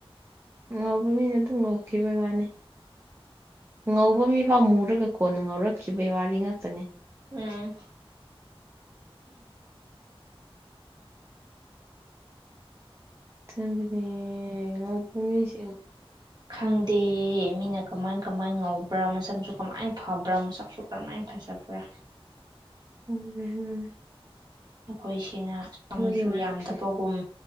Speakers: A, on the right (about 25°); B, on the right (about 45°).
A: ꯉꯧꯕ ꯃꯤꯅ ꯑꯗꯨꯝ ꯉꯧꯈꯤꯕꯩ ꯋꯥꯅꯤ ꯉꯧꯕꯃꯤ ꯏꯐꯥ ꯃꯨꯔꯒ ꯀꯣꯟꯅ ꯉꯧꯔꯛꯈꯤꯕꯒꯤ ꯋꯥꯔꯤ ꯉꯥꯛꯇꯅꯦ
B: ꯎꯝ ꯍꯝ
A: ꯊꯝꯕꯤꯅꯤ ꯉꯧꯕꯃꯤꯁꯤ
B: ꯈꯪꯗꯦ ꯃꯤꯅ ꯀꯃꯥꯏ ꯀꯃꯥꯏꯅ ꯉꯕ꯭ꯔꯥ ꯃꯁꯝꯁꯨ ꯀꯃꯥꯏꯅ ꯐꯕ꯭ꯔꯥ ꯃꯁꯛꯁꯨ ꯀꯃꯥꯏꯅ ꯐꯖꯕ꯭ꯔꯥ
A: ꯎꯝꯝ
B: ꯑꯩꯈꯣꯏꯁꯤꯅ ꯁꯝꯁꯨ
A: ꯅꯨꯡꯉꯥꯏꯇ꯭ꯔꯦ
B: ꯌꯥꯝꯗꯕꯒꯨꯝ